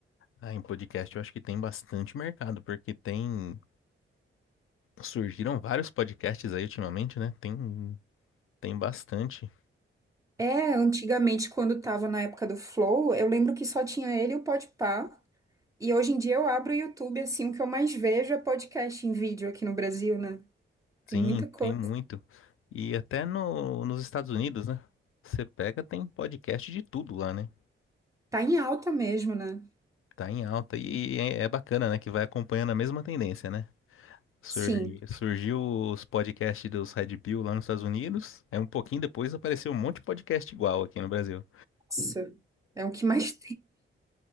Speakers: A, on the left; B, on the right.
A: Ah, em podcast eu acho que tem bastante mercado, porque tem. Surgiram vários podcasts aí ultimamente, né? Tem, tem bastante.
B: É, antigamente, quando estava na época do Flow, eu lembro que só tinha ele e o Podpah. E hoje em dia eu abro o YouTube, assim, o que eu mais vejo é podcast em vídeo aqui no Brasil, né?
A: Sim,
B: Tem muita coisa.
A: tem muito. E até no, nos Estados Unidos, né? Você pega, tem podcast de tudo lá, né?
B: Tá em alta mesmo, né?
A: Tá em alta. E é, é bacana, né? Que vai acompanhando a mesma tendência, né? Sur,
B: Sim.
A: surgiu os podcasts dos Red Pill lá nos Estados Unidos. É um pouquinho depois apareceu um monte de podcast igual aqui no Brasil.
B: Nossa. É o que mais